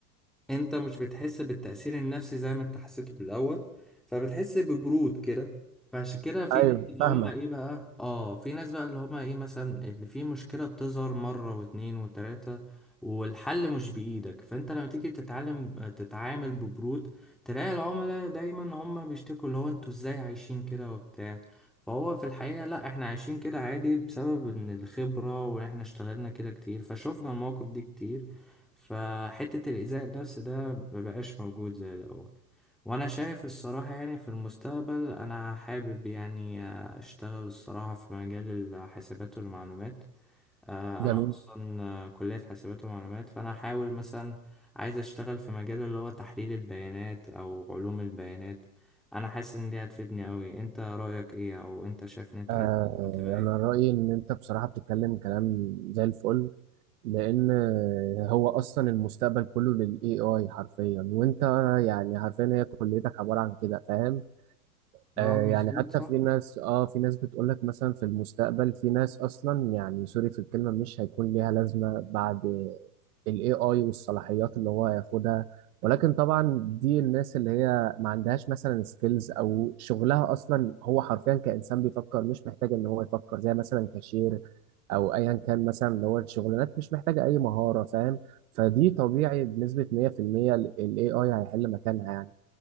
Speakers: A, in the centre; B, on the right.
A: انت مش بتحس بالتأثير النفسي زي ما انت حسيته بالأول فبتحس ببرود كده فعشان كده في
B: ايوه
A: ناس اللي
B: فاهمك
A: هم ايه بقى اه في ناس بقى اللي هم ايه مثلا اللي في مشكلة بتظهر مرة واتنين وتلاتة والحل مش بإيدك فانت لما تيجي تتعلم تتعامل ببرود تلاقي العملاء دايما هم بيشتكوا اللي هو انتوا ازاي عايشين كده وبتاع فهو في الحقيقة لا احنا عايشين كده عادي بسبب ان الخبرة واحنا اشتغلنا كده كتير فشوفنا المواقف دي كتير فحتة الإيذاء النفسي ده مبقاش موجود زي الأول وأنا شايف الصراحة يعني في المستقبل أنا حابب يعني أشتغل الصراحة في مجال الحاسبات والمعلومات آه،
B: جميل
A: أنا أصلا آه، كلية حاسبات ومعلومات فأنا أحاول مثلا عايز أشتغل في مجال اللي هو تحليل البيانات أو علوم البيانات أنا حاسس إن دي هتفيدني أوي أنت رأيك إيه أو أنت شايف إن أنت
B: آه
A: عايز تبقى إيه؟
B: انا رايي ان انت بصراحه بتتكلم كلام زي الفل لان هو اصلا المستقبل كله للاي اي حرفيا وانت يعني عارفين هي كليتك عباره عن كده فاهم
A: اه
B: آه
A: مظبوط
B: يعني حتى
A: صح
B: في ناس اه في ناس بتقول لك مثلا في المستقبل في ناس اصلا يعني سوري في الكلمه مش هيكون ليها لازمه بعد ال AI والصلاحيات اللي هو هياخدها ولكن طبعا دي الناس اللي هي ما عندهاش مثلا سكيلز او شغلها اصلا هو حرفيا كانسان بيفكر مش محتاج ان هو يفكر زي مثلا كاشير او ايا كان مثلا اللي هو الشغلانات مش محتاجه اي مهاره فاهم فدي طبيعي بنسبه 100% ال AI هيحل مكانها يعني